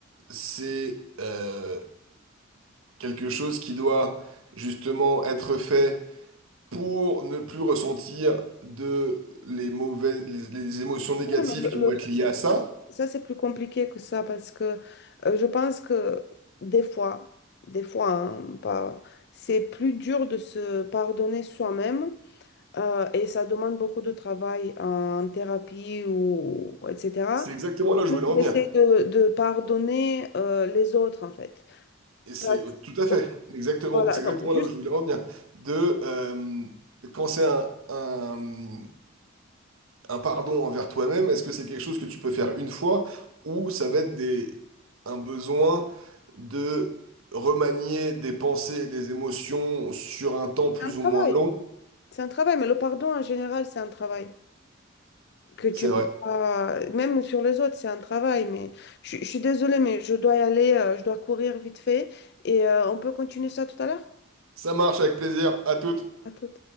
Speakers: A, on the right; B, on the left.
A: c'est euh, quelque chose qui doit justement être fait pour ne plus ressentir de les mauvaises, les, les émotions négatives
B: mais le,
A: qui
B: le
A: vont être
B: truc,
A: liées
B: c'est
A: à
B: que
A: ça?
B: ça, c'est plus compliqué que ça parce que euh, je pense que des fois, des fois, hein, pas, c'est plus dur de se pardonner soi-même Euh, et ça demande beaucoup de travail en thérapie ou etc.
A: C'est exactement là où je voulais en
B: J'essaie
A: venir.
B: de, de pardonner euh, les autres en fait.
A: Et c'est
B: Parce-
A: euh, tout à fait, exactement,
B: Voilà,
A: c'est
B: donc
A: exactement
B: juste
A: là où je voulais en venir. De euh, quand c'est un, un- un pardon envers toi-même, est-ce que c'est quelque chose que tu peux faire une fois ou ça va être des, un besoin de remanier des pensées et des émotions sur un temps plus
B: c'est un travail.
A: ou moins long?
B: C'est un travail, mais le pardon en général, c'est un travail que tu
A: C'est vrai.
B: peux pas, même sur les autres, c'est un travail. Mais je, je suis désolée, mais je dois y aller, euh, je dois courir vite fait et euh, on peut continuer ça tout à l'heure.
A: Ça marche avec plaisir. À toutes.
B: À tout.